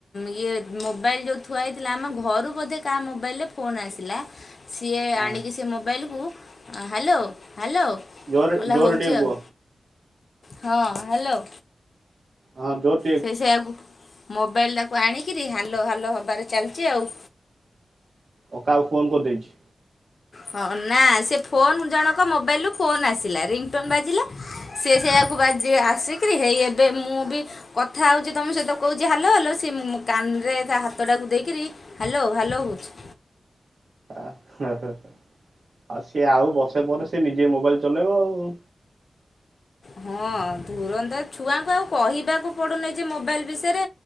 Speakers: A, on the left (about 45°); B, on the right (about 55°).
A: ଇଏ ମୋବାଇଲ୍ ଯୋଉ ଥୁଆ ହେଇଥିଲା ଆମ ଘରୁ ବୋଧେ କାହା ମୋବାଇଲରେ ଫୋନ୍ ଆସିଲା ସିଏ
B: ହଁ
A: ଆଣିକି ସେ ମୋବାଇଲକୁ ହ୍ୟାଲୋ ହ୍ୟାଲୋ।
B: ଜୋରେ
A: <unintelligible>
B: ଜୋରେ
A: ହଉଛି
B: ଟିକେ
A: ଆଉ,
B: କୁହ।
A: ହଁ ହ୍ୟାଲୋ
B: ହଁ ଯୋତ
A: ସେ ସେୟାକୁ ମୋବାଇଲଟାକୁ ଆଣିକରି ହାଲୋ ହାଲୋ ହବାରେ ଚାଲିଛି ଆଉ।
B: ଓ କାହାକୁ ଫୋନ୍ କରିଦେଇଛି?
A: ହଁ ନା ସେ ଫୋନ ଜଣକ ମୋବାଇଲ ରୁ ଫୋନ ଆସିଲା ରିଙ୍ଗଟୋନ୍ ବାଜିଲା। ସେଏ ସେଇଆକୁ ବା ଆସିକରି ହେଇ ଏବେ ମୁଁ ବି କଥା ହଉଛି ତମେ ସହିତ କହୁଛି ହାଲୋ ହାଲୋ, ସେ କାନରେ ତା ହାତଟାକୁ ଦେଇକରି ହ୍ୟାଲୋ ହ୍ୟାଲୋ ହୋହୁଛି।
B: ଆଉ ସିଏ ଆଉ ବର୍ଷେ ପରେ ସେ ନିଜେ ମୋବାଇଲ୍ ଚଲେଇବ ଆଉ।
A: ହଁ ତୁରନ୍ନ୍ତ ଛୁଆଙ୍କୁ ଆଉ କହିବାକୁ ପଡ଼ୁ ନାହିଁ ଯେ ମୋବାଇଲ୍ ବିଷୟରେ।